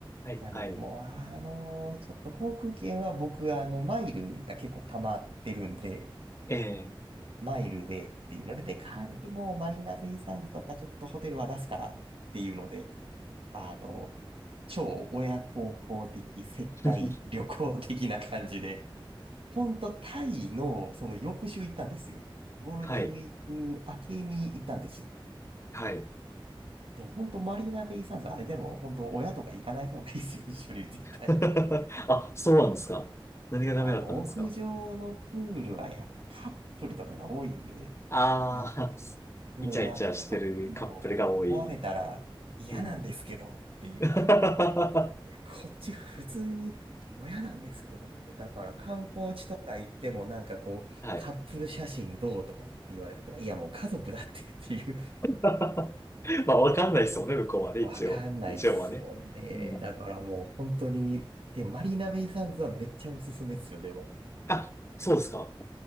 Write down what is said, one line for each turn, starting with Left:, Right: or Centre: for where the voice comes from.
Left: い、
Right: なので、
Left: はい。
Right: もうあの、ちょっと航空券は僕、あの、マイルが結構溜まってるんで、
Left: ええ
Right: マイルでっていうので、で、代わりにもうマリーナベイサンズとかちょっとホテルは出すからっていうので、あの、超親孝行的接待旅行的な感じで、
Left: <laughs>
Right: ほんとタイのその翌週行ったんですよ。ゴールデンウィーク明けに行ったんです。
Left: はい、はい。
Right: でも本当マリーナベイサンズあれでも本当親とか行かない方がいいですよ、一緒に絶対。
Left: <laughs> あ、そうなんですか。何がダメだったんですか。
Right: あの、屋上のプールはやっぱカップルとかが多いんで、
Left: ああ
Right: なんか、ごめんなんかカップルと思われたら嫌なんですけどっていう。
Left: ー、イチャイチャしてるカップルが多い。うん。<laughs> は
Right: いや、こっち普通に親なんですけどって、だから観光地とか行ってもなんかこう、
Left: い。
Right: カップル写真どうとかって言われるから、いやもう家族だってっていう、
Left: <laughs> まあ、わかんないですもんね、向こうはね、
Right: わかんないっすもんね。
Left: 一応。一応はね。うん。
Right: だからもう本当に、で、マリーナベイサンズはめっちゃおすすめっすよ、でも。
Left: あ、そうですか。